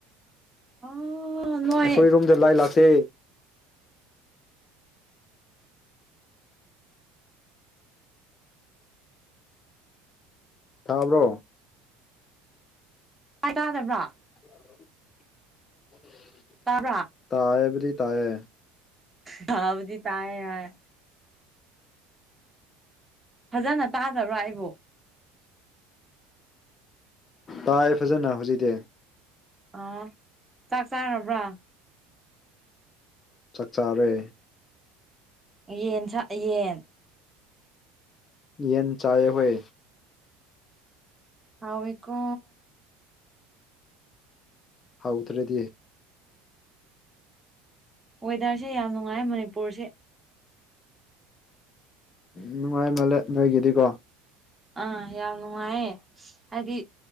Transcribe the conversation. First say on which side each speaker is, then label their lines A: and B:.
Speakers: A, on the right; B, on the left.
A: ꯑꯣ ꯅꯣꯏ
B: ꯑꯩꯈꯣꯏ ꯔꯣꯝꯗ ꯂꯥꯏ ꯂꯥꯛꯇꯦ <inaudible> ꯇꯥꯕ꯭ꯔꯣ
A: ꯇꯥꯏ ꯇꯥꯗꯕ꯭ꯔꯣ
B: <inaudible>
A: ꯇꯕ꯭ꯔꯥ
B: ꯇꯥꯌꯦꯕꯨꯗꯤ ꯇꯌꯦ
A: ꯇꯥꯕꯗꯤ ꯇꯥꯏꯌꯦ ꯍꯥꯏ ꯖꯅ ꯇꯥꯗꯕ꯭ꯔꯥ ꯑꯩꯕꯨ
B: ꯇꯥꯏ ꯐꯖꯅ ꯍꯧꯖꯤꯛꯇꯤ
A: ꯑꯥ ꯆꯥꯛ ꯆꯥꯔꯕ꯭ꯔꯥ
B: ꯆꯥꯛ ꯆꯥꯔꯦ
A: ꯌꯦꯟ ꯁꯥ ꯌꯦꯟ
B: ꯌꯦꯟ ꯆꯥꯏꯑꯦ ꯍꯣꯏ
A: ꯍꯥꯎꯋꯦꯀꯣ
B: ꯍꯥꯎꯗ꯭ꯔꯗꯤ
A: ꯋꯦꯗꯔꯁꯦ ꯌꯥꯝ ꯅꯨꯡꯉꯥꯏ ꯃꯅꯤꯄꯨꯔꯁꯦ
B: ꯅꯨꯡꯉꯥꯏ ꯃꯥꯜꯂꯦ ꯅꯣꯏꯒꯤꯗꯤꯀꯣ
A: ꯑꯥ ꯌꯥꯝ ꯅꯨꯡꯉꯥꯏꯌꯦ ꯍꯥꯏꯗꯤ